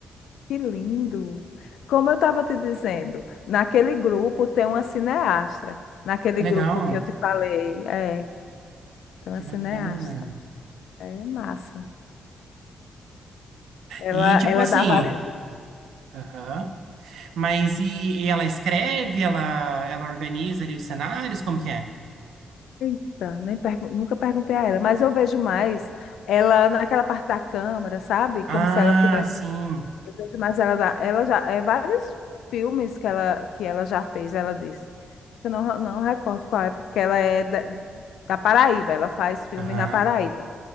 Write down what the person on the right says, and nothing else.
Que legal,
que
bacana.
E tipo
assim,
aham. Mas e, e ela escreve, ela ela organiza ali os cenários, como que é?
Ah,
sim.
Aham.